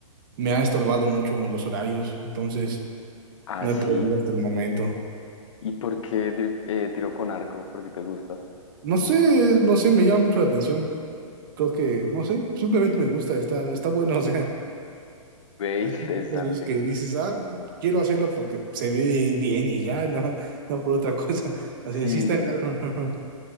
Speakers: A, on the right (about 40°); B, on the left (about 60°).
A: me ha estorbado mucho en los horarios, entonces
B: Ah,
A: no
B: sí.
A: he podido hasta el momento.
B: ¿Y por qué ti- eh, tiro con arco? ¿Por qué te gusta?
A: No sé, no sé, me llama mucho la atención. creo que, no sé, simplemente me gusta, está, está bueno, <laughs> o sea,
B: Ve,
A: es
B: <laughs>
A: como
B: interesante.
A: muchas veces que dices, ah, quiero hacerlo porque se ve bien y ya, no, no por otra <laughs> cosa,
B: Sí,
A: o sea,
B: sí,
A: sí está
B: sí.
A: <laughs>